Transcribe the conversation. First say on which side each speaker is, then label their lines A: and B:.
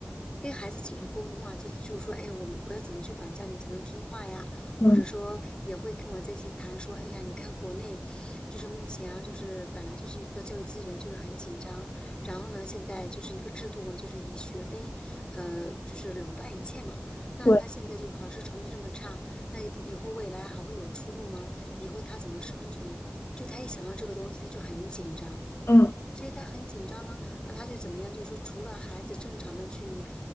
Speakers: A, on the left (about 25°); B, on the left (about 65°).
A: 跟孩子继续沟通啊，就就是说，哎，我们我要怎么去管教你才能听话呀？
B: 嗯，
A: 或者说也会跟我在一起谈说，哎呀，你看国内就是目前啊，就是本来就是一个教育资源就是很紧张，然后呢，现在就是一个制度嘛，就是以学分呃就是垄断一切嘛。那他现在就考试成绩这么差，
B: 对，
A: 那以后未来还会有出路吗？以后他怎么生存？就他一想到这个东西，他就很紧张，
B: 嗯
A: 所以他很紧张呢。那他就怎么样？就是说，除了孩子正常的去